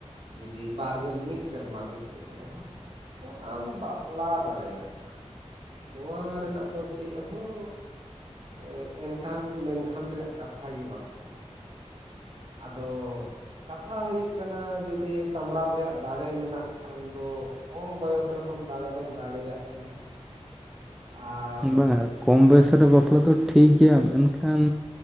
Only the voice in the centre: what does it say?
ᱵᱟᱝ ᱠᱚᱢ ᱵᱚᱭᱮᱥ ᱨᱮ ᱵᱟᱯᱞᱟ ᱫᱚ ᱴᱷᱤᱠ ᱜᱮᱭᱟ ᱢᱮᱱᱠᱷᱟᱱ